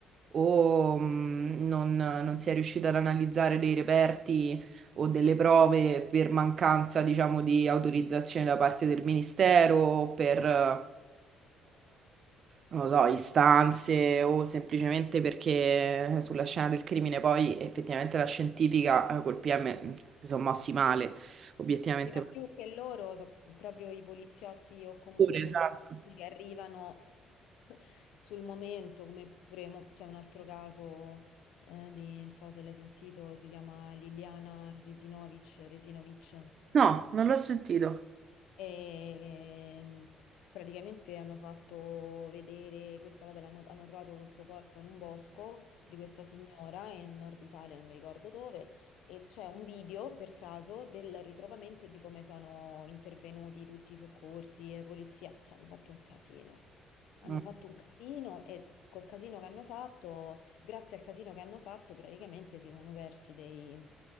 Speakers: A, on the right; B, on the left.
A: o mh, non, non si è riuscita ad analizzare dei reperti o delle prove per mancanza, diciamo, di autorizzazione da parte del ministero, o per, eh, non lo so, istanze o semplicemente perché sulla scena del crimine poi effettivamente la scientifica eh, col PM mh, si sono mossi male, obiettivamente.
B: Sì, ma più che loro, so- proprio i poliziotti o comunque
A: Pure, esatto.
B: i soccorsi che arrivano sul momento, come pure mo- c'è un altro caso eh, di, non so se l'hai sentito, si chiama Liliana Resinovic, Resinovic.
A: No, non l'ho sentito.
B: E praticamente hanno fatto vedere questa, vabbè, l'hanno- hanno trovato questo corpo in un bosco di questa signora in Nord Italia, non mi ricordo dove, e c'è un video per caso del ritrovamento e di come sono intervenuti tutti i soccorsi e polizia, cioè hanno fatto un casino. Hanno
A: Mm.
B: fatto un casino e col casino che hanno fatto, grazie al casino che hanno fatto, praticamente si sono persi dei,